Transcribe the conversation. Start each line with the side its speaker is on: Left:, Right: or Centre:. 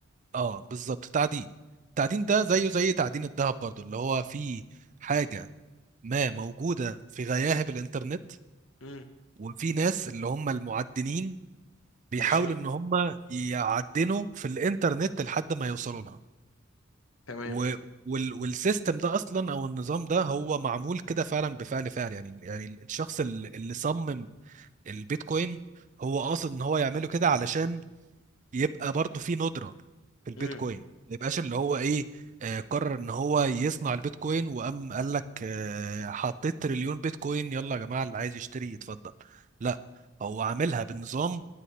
Right: اه بالظبط تعدين التعدين ده زيه زي تعدين الذهب برضو اللي هو فيه حاجة ما موجودة في غياهب الإنترنت
Left: امم
Right: وفي ناس اللي هم المعدنين بيحاولوا
Left: ماشي
Right: إن هم يعدنوا في الإنترنت لحد ما يوصلوا لها
Left: تمام
Right: و... وال... والسيستم ده أصلا أو النظام ده هو معمول كده فعلا بفعل فعل يعني يعني الشخص اللي اللي صمم البيتكوين هو قاصد إن هو يعمله كده علشان يبقى برضو في ندرة في البيتكوين
Left: امم
Right: ما يبقاش اللي هو ايه آه، قرر ان هو يصنع البيتكوين وقام قال لك آه، حطيت تريليون بيتكوين يلا يا جماعة اللي عايز يشتري يتفضل لا هو عاملها بالنظام